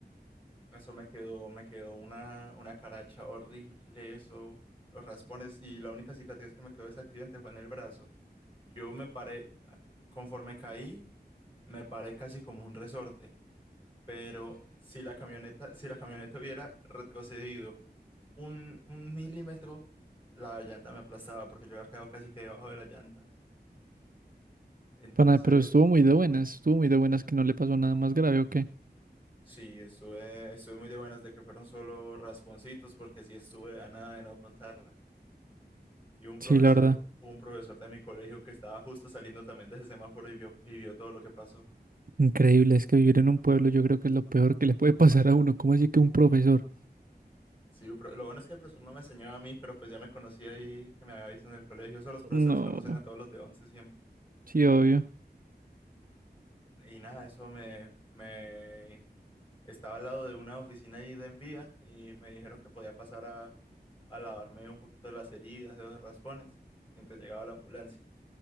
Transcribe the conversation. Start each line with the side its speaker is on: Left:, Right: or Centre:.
Left: Eso me quedó, me quedó una, una caracha horrible, eso, los raspones, y la única cicatriz que me quedó de ese accidente fue en el brazo. Yo me paré, ah, conforme caí, me paré casi como un resorte, pero si la camioneta, si la camioneta hubiera retrocedido un, un milímetro, la llanta me aplastaba porque yo había quedado casi que debajo de la llanta. Entonces,
Right: Pana, pero estuvo muy de buenas. Estuvo muy de buenas que no le pasó nada más grave o qué.
Left: Sí, estuve, estuve muy de buenas de que fueron solo rasponcitos porque sí estuve a nada de no contarla. Y un profesor,
Right: Sí, la verdad.
Left: un profesor de mi colegio que estaba justo saliendo también de ese semáforo y vio, y vio todo lo que pasó.
Right: Increíble, es que vivir en un pueblo yo creo que es lo peor que le puede pasar a uno. ¿Cómo así que un profesor?
Left: Sí, un pro- lo bueno es que el profesor no me enseñaba a mí, pero pues ya me conocía ahí que me había visto en el colegio. Eso los profesores
Right: No,
Left: conocen a todos los de once siempre.
Right: sí, obvio.
Left: Y nada, eso me, me estaba al lado de una oficina ahí de envía y me dijeron que podía pasar a, a lavarme un poquito las heridas, de los raspones, mientras llegaba la ambulancia.